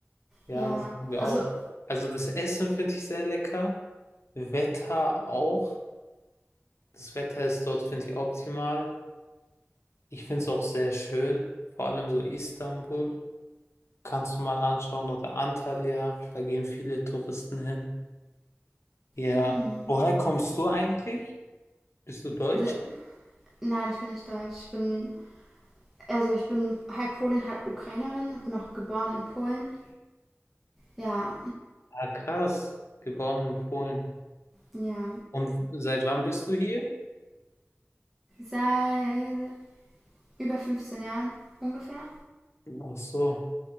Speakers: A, on the left (about 70°); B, in the centre.
A: Ja,
B: Ja,
A: das haben wir
B: also
A: auch. Also das Essen finde ich sehr lecker. Wetter auch. Das Wetter ist dort, finde ich, optimal. Ich finde es auch sehr schön. Vor allem so Istanbul. Kannst du mal anschauen oder Antalya. Da gehen viele Touristen hin. Ja.
B: Hm.
A: Woher kommst du eigentlich? Bist du Deutsch?
B: Also, nein, ich bin nicht deutsch. Ich bin, also ich bin halb Polin, halb Ukrainerin. Ich bin auch geboren in Polen. Ja,
A: Ah, krass. Geboren in Polen.
B: ja.
A: Und seit wann bist du hier?
B: Seit über 15 Jahren ungefähr.
A: Ach so.